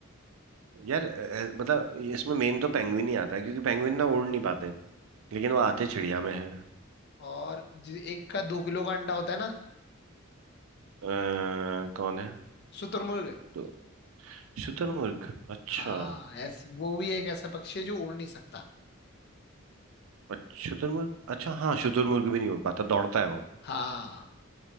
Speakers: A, on the right; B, on the left.
A: यार अ, मतलब इसमें मेन तो पेंगुइन ही आता है क्योंकि पेंगुइन ना उड़ नहीं पाते लेकिन वो आते चिड़िया में हैं
B: और जि- एक का दो किलो का अंडा होता है ना
A: अ, कौन है
B: शुतुरमुर्ग
A: तो शुतुरमुर्ग अच्छा
B: हाँ ऐस, वो भी एक ऐसा पक्षी है जो उड़ नहीं सकता
A: अच्छा, शुतुरमुर्ग अच्छा हाँ शुतुरमुर्ग भी नहीं उड़ पाता दौड़ता है वो
B: हाँ